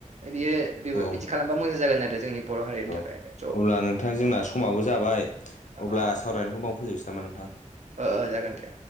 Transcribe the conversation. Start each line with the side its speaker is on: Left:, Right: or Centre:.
Right: बियो बिबो
Left: औ
Right: बिदि खालामबा मोजां जागोन आरो जोंनि बर' हारिनि
Left: औ
Right: थाखाय।
Left: अब्ला नोंथां जोंना समाबो जाबाय
Right: अ
Left: अब्ला सावरायनायखौ बावनो फोजोबनोसै नामा नोंथां?
Right: ओ ओ जागोन दे।